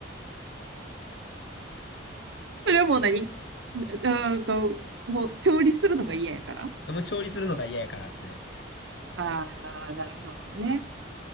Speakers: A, on the right; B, on the left.
A: それはもう何うーんと、もう調理するのが嫌やから
B: もう調理するのが嫌やからですね。
A: ああー、なるほどね。